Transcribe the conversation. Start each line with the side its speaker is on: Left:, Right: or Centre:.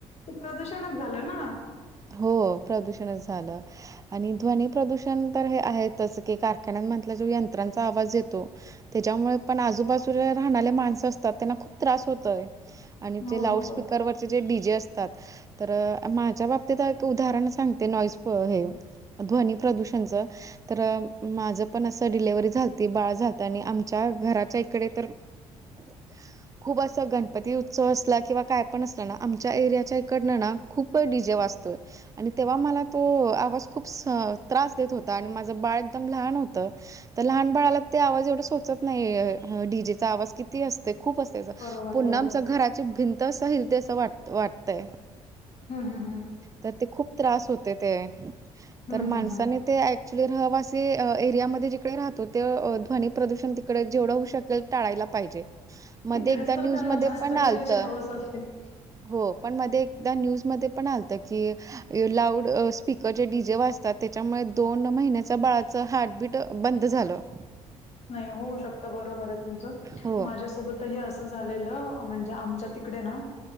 Left: ते प्रदूषणच झालं ना?
Right: हो प्रदूषणच झालं. आणि ध्वनी प्रदूषण तर हे आहे तसं की कारखान्या म्हटलं जो यंत्रांचा आवाज येतो त्याच्यामुळे पण आजूबाजूला राहणाले माणसं असतात त्यांना खूप त्रास होतोय आणि
Left: हो
Right: ते लाऊड
Left: हो
Right: स्पीकरवरचे
Left: बरोबर
Right: जे डी जे असतात तर माझ्या बाब ती तक उदाहरण सांगते नॉईज पॉ हे ध्वनी प्रदूषणच तर माझं पण असं डिलेवरी झालती बाळ झालतं आणि आमच्या घराच्या इकडे तर <inaudible> खूप असा गणपती उत्सव असला किंवा काय पण असला ना आमच्या एरियाच्या इकडनं ना खूप डीजे वाज तोय आणि तेव्हा मला तो आवाज खूप स त्रास देत होता आणि माझं बाळ एकदम लहान होतं. तर लहान बाळाला ते आवाज एवढा सोचत नाहीय ह डीजेचा आवाज कि ती असते खूप असतेस,
Left: बरोबर
Right: पूर्ण
Left: बरोबर
Right: आमचा घराची भिंत असं हिलते असं वाटते वाटतय.
Left: हां हां हां.
Right: तर ते खूप त्रास होते ते तर
Left: हम्म
Right: माणसानी
Left: हम्म
Right: ते ॲक्च्युली रहवासी अ एरियामध्ये जिकडे राहतो ते अ ध्वनी प्रदूषण तिकडे जेवढं होऊ शकेल टाळायला पाहिजे. मध्ये
Left: तिकडेच
Right: एकदा
Left: तर
Right: न्यूज
Left: त्यांना
Right: मध्ये
Left: जास्त
Right: पण आलतं
Left: करायची हवस असते.
Right: हो पण मध्ये ए एकदा न्यूज मध्ये पण आलतं की लाऊड स्पीकरचेे डी जे वाचतात त्याच्यामुळे दोन महिन्याच बळाचं हार्टबीट बंद झालं. <inaudible>
Left: नाही होऊ शकता बरोबर आहे तुमचं
Right: हो,
Left: माझ्यासोबत त हे अस झालं म्हणजे आमच्या तिकडे ना